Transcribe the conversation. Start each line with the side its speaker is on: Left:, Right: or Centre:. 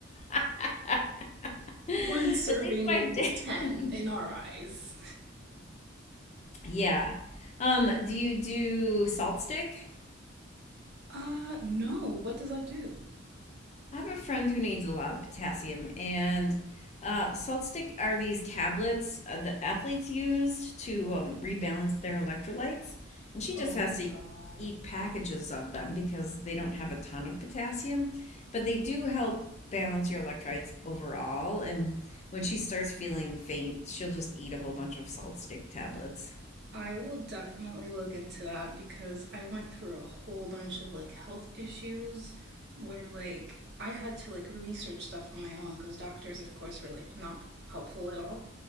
Left: <laughs> At
Right: One serving
Left: least my
Right: equals
Left: dad.
Right: 10
Left: <laughs>
Right: in our eyes.
Left: Yeah. Um, do you do salt stick?
Right: Uh, no. What does that do?
Left: I have a friend who needs a lot of potassium, and uh, salt stick are these tablets uh, the athletes use to um, rebalance their electrolytes. And she
Right: Oh
Left: just has
Right: my
Left: to
Right: God.
Left: eat packages of them because they don't have a ton of potassium, but they do help balance your electrolytes overall. And when she starts feeling faint, she'll just eat a whole bunch of salt stick tablets.
Right: I will definitely look into that because I went through a whole bunch of like health issues where like I had to like research stuff on my own because doctors, of course, were like not helpful at all.